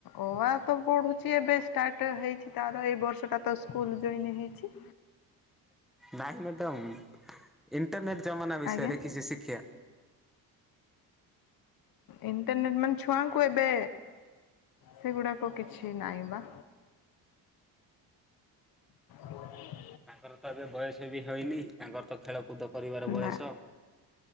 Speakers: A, on the left (about 60°); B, in the centre.
A: ଓ ଆ ତ ପଢୁଛି ଏବେ ଷ୍ଟାର୍ଟ ହେଇଛି ତାର ଏଇ ବର୍ଷଟା। ତ ସ୍କୁଲ ଜଏନ୍ ହେଇଛି।
B: ନାଇଁ ମ୍ୟାଡ଼ାମ ଇଣ୍ଟରନେଟ ଜମାନା ବିଷୟରେ
A: ଆଜ୍ଞା
B: କିଛି ଶିକ୍ଷା।
A: ଇଣ୍ଟରନେଟ ମାନେ ଛୁଆଙ୍କୁ ଏବେ ସେଗୁଡ଼ାକ କିଛି ନାହିଁ ବା। ହୁଁ।
B: ତାଙ୍କର ତ ଏବେ ବୟସ ବି ହେଇନି ତାଙ୍କର ତ ଖେଳକୁଦ କରିବାର ବୟସ।
A: ନା